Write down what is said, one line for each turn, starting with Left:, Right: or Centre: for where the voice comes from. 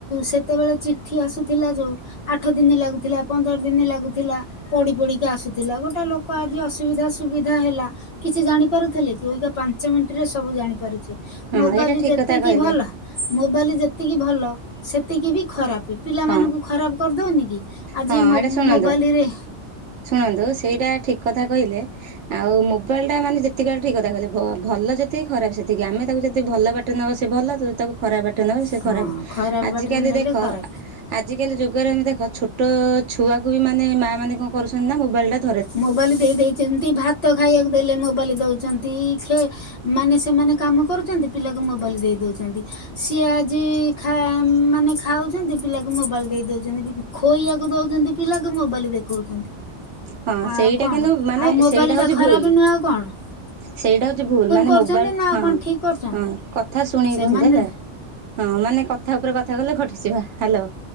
Left: ସେତେବେଳେ ଚିଠି ଆସୁଥିଲା ଯୋଉ ଆଠ ଦିନି ଲାଗୁଥିଲା ପନ୍ଦର ଦିନି ଲାଗୁଥିଲା। ପଡି ପଡିକି ଆସୁଥିଲା ଗୋଟେ ଲୋକ ଆଜି ଅସୁବିଧା ସୁବିଧା ହେଲା କିଛି ଜାଣି ପାରୁଥେଲେ କି ଅଇକା ପାଞ୍ଚ ମିନିଟ ରେ ସବୁ ଜାଣିପାରୁଚେ
Right: ହଁ
Left: ମୋବାଇଲ
Right: ଏଇଟା ଠିକ
Left: ଯେତିକି
Right: କଥା କହିଲେ।
Left: ଭଲ ମୋବାଇଲ ଯେତିକି ଭଲ ସେତିକି ବି ଖରାପେ। ପିଲାମାନଙ୍କୁ
Right: ହଁ
Left: ଖରାପ କର ଦଉନି କି ଆଜି
Right: ହଁ
Left: ମୋ-ମୋବାଇଲରେ
Right: ଏଇଟା ଶୁଣନ୍ତୁ ଶୁଣନ୍ତୁ ସେଇଟା ଠିକ କଥା କହିଲେ। ଆଉ ମୋବାଇଲଟା ମାନେ ଯେତିକି ବେଳେ ଠିକ କଥା କହିଲେ ଭ-ଭଲ ଯେତିକି ଖରାପ ସେତିକି ଆମେ ତାକୁ ଯଦି ଭଲ ବା ଟରେ ନବା ସିଏ ଭଲ ତ ତାକୁ ଖରାପ ବାଟରେ ନବା ସିଏ
Left: ହଁ
Right: ଖରାପେ
Left: ଖରାପ
Right: ଆଜିକାଲି
Left: ବାଟରେ ନେଲେ
Right: ଦେଖ
Left: ଖରାପ
Right: ଆଜିକାଲି ଯୁଗରେ ଆମେ ଦେଖ ଛୋଟ ଛୁଆକୁ ବି ମାନେ ମାଆ ମାନେ କଣ କରୁଛନ୍ତି ନା ମୋବାଇଲଟା
Left: ମୋବାଇଲ ଦେଇ ଦେଇଚନ୍ତି ଭା ତ ଖାଇଆକୁ ଦେଲେ ମୋବାଇଲ ଦଉଚନ୍ତି ଖେ ମାନେ ସେମାନେ କାମ କରୁ ଚନ୍ତି ପିଲାକୁ ମୋବାଇଲ ଦେଇ ଦଉଚନ୍ତି ସିଏ ଆ ଜି ଖା ମାନେ ଖାଉଚନ୍ତି ପିଲାକୁ ମୋବାଇଲ ଦେଇ ଦଉଚନ୍ତି ବି ଖୋଇଆକୁ ଦଉଚନ୍ତି ପିଲାକୁ ମୋବାଇଲ ଦେଖଉଚନ୍ତି।
Right: ହଁ
Left: ଆଉ
Right: ସେଇଟା
Left: କଣ
Right: କିନ୍ତୁ ମାନେ
Left: ଆଉ ମୋବାଇଲଟା
Right: ସେଇଟା ହଉଛି
Left: ଖରାପ
Right: ଭୁଲ।
Left: ନୁହଁ ଆଉ କଣ।
Right: ସେଇଟା ହଉଚି ଭୁଲ ମାନେ
Left: କରୁଛନ୍ତି
Right: ମୋବାଇଲ
Left: ନା ଆଉ
Right: ହଁ
Left: କଣ ଠିକ କରୁଛନ୍ତି
Right: ହଁ କଥା ଶୁଣିକି
Left: ସେମାନେ
Right: କୁହନ୍ତୁ ହେଲା। ହଁ ମାନେ କଥା ଉପରେ କଥା କହିଲେ ଖଟିଯିବା ହାଲୋ